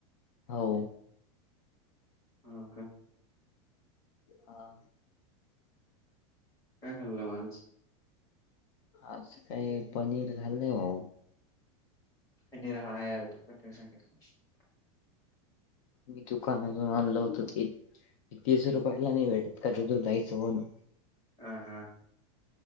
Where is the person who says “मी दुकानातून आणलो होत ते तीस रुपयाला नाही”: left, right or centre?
Left